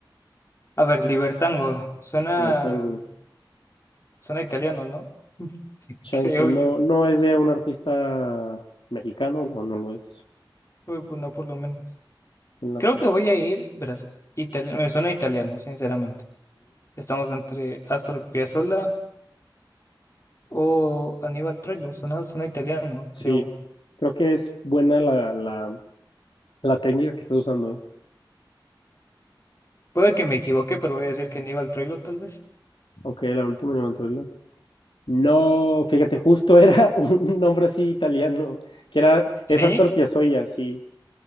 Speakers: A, on the left (about 35°); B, on the left (about 85°).
A: A ver, Libertango. Suena,
B: Yo ahora tengo
A: suena italiano, ¿no? <laughs>
B: chance.
A: Creo
B: No,
A: yo.
B: no es de un artista mexicano, no, no lo es.
A: Uy, pues No, por lo menos.
B: En la-
A: Creo
B: ok,
A: que voy a ir, verás, itali- me suena italiano, sinceramente. Estamos entre Astor Piazzolla o Aníbal Troilo. Suena, suena italiano,
B: Sí,
A: creo.
B: creo que es buena la, la, la técnica que estás usando, ¿eh?
A: Puede que me equivoque, pero voy a decir que Aníbal Troilo, tal vez.
B: Ok, la última Aníbal Troilo. No, fíjate, justo era <laughs> un nombre así italiano, que era,
A: ¿Sí?
B: es Astor Piazzolla, sí.